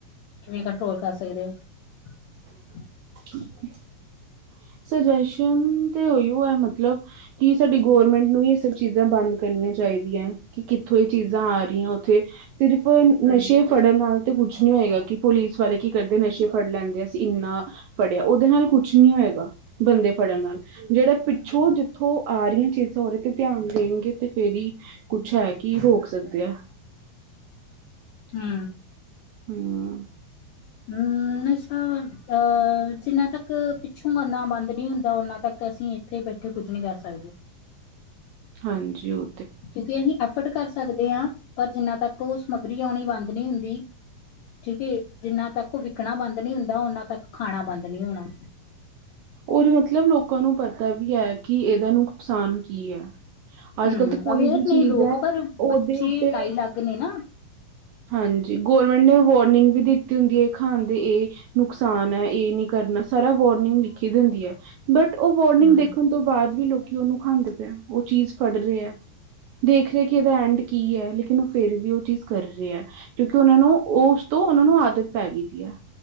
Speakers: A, on the left (about 80°); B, on the right (about 85°).
A: ਕਿਵੇਂ ਕੰਟਰੋਲ ਕਰ ਸਕਦੇ ਔ? <inaudible>
B: <inaudible> ਸੁਜੈਸ਼ਨ ਤੇ ਔਈਔ ਐ, ਮਤਲਬ ਕਿ ਸਾਡੀ ਗੌਰਮੈਂਟ ਨੂੰ ਈ ਏਹ ਸਭ ਚੀਜ਼ਾਂ ਬੰਦ ਕਰਨੀਆਂ ਚਾਹੀਦੀਐ, ਕਿ ਕਿੱਥੋਂ ਏਹ ਚੀਜ਼ਾਂ ਆ ਰੀਐ, ਔਥੇ ਸਿਰਫ ਨਸ਼ੇ ਫੜਨ ਨਾਲ ਤੇ ਕੁਛ ਨੀ ਹੋਏਗਾ, ਕਿ ਪੁਲਿਸ ਵਾਲੇ ਕੀ ਕਰਦੇ ਨਸ਼ੇ ਫੜ ਲੈਂਦੇ, ਅਸੀਂ ਇੰਨਾ ਫੜਿਆ, ਔਦੇ ਨਾਲ ਕੁਛ ਨੀ ਹੋਏਗਾ ਬੰਦੇ ਫੜਨ ਨਾਲ। ਜਿਹੜਾ ਪਿੱਛੋਂ ਜਿੱਥੋਂ ਆ ਰਹੀਆਂ ਚੀਜ਼ਾਂ ਉਹਦੇ ਤੇ ਧਿਆਨ ਦੇਣਗੇ ਤੇ ਫੇਰ ਹੀ ਕੁਛ ਹੈ, ਕੀ ਰੋਕ ਸਕਦੇ ਆ।
A: ਹੂੰ
B: ਹੂੰ
A: ਹੂੰ ਨਸਾ਼ ਅਹ ਜਿੰਨਾ ਤੱਕ ਪਿੱਛੋਂ ਬਣਨਾ ਬੰਦ ਨਹੀ ਹੁੰਦਾ ਤਾਂ ਉਹਨਾਂ ਤੱਕ ਅਸੀਂ ਇੱਥੇ ਬੈਠੇ ਕੁੱਛ ਨਹੀ ਕਰ ਸਕਦੇ।
B: ਹਾਂਜੀ ਔ
A: ਕਿਉਂਕਿ ਅਸੀਂ ਐਫਰਟ ਕਰ ਸਕਦੇ ਹਾਂ, ਪਰ ਜਿੰਨਾ ਤੱਕ ਉਹ ਸਮੱਗਰੀ ਆਉਣੀ ਬੰਦ ਨਹੀਂ ਹੁੰਦੀ। ਠੀਕ ਏ, ਜਿੰਨਾ ਤੱਕ ਉਹ ਵਿਕਣਾ ਬੰਦ ਨੀ ਹੁੰਦਾ, ਓਨਾ ਤੱਕ ਖਾਣਾ ਬੰਦ ਨੀ ਹੋਣਾ।
B: ਔਰ ਮਤਲਬ ਲੋਕਾਂ ਨੂੰ ਪਤਾ ਵੀ ਹੈ ਕਿ ਇਹਦਾ ਨੁਕਸਾਨ ਕੀ ਹੈ। ਅੱਜ
A: ਹੂੰ
B: ਕੱਲ ਤਾਂ ਕੋਈ
A: ਅਵੇਅਰ
B: ਵੀ ਚੀਜ਼
A: ਨੇ ਲੋਕ
B: ਹੈ
A: ਪਰ
B: ਉਹਦੇ
A: ਬੱਚੇ
B: ਉੱਤੇ
A: ਲਾਈ ਲੱਗ ਨੇ ਨਾ।
B: ਹਾਂਜੀ, ਗਵੌਰਂਮੈਂਟ ਨੇ ਵਾਰਨਿੰਗ ਵੀ ਦਿੱਤੀ ਹੁੰਦੀ ਇਹ ਖਾਣ ਦੀ ਇਹ ਨੁਕਸਾਨ ਹੈ, ਇਹ ਨੀ ਕਰਨਾ ਸਾਰਾ ਵਾਰਨਿੰਗ ਲਿਖੀ ਦੀ ਹੁੰਦੀ ਹੈ, ਬਟ ਉਹ ਵਾਰਨਿੰਗ
A: ਹੂੰ
B: ਦੇਖੋ ਤੋਂ ਬਾਅਦ ਵੀ ਲੋਕੀ ਉਹਨੂੰ ਖਾਂਦੇ ਪਏ ਆ। ਉਹ ਚੀਜ਼ ਫੜ ਰਹੇ ਹੈ। ਦੇਖ ਰਹੇ ਕਿ ਇਹਦਾ ਐਂਡ ਕੀ ਹੈ ਲੇਕਿਨ ਉਹ ਫਿਰ ਵੀ ਉਹ ਚੀਜ਼ ਕਰ ਰਹੇ ਹੈ ਕਿਉਂਕਿ ਉਹਨਾਂ ਨੂੰ ਉਸ ਤੋਂ ਉਹਨਾਂ ਨੂੰ ਆਦਤ ਪੈ ਗਈ ਦੀ ਹੈ।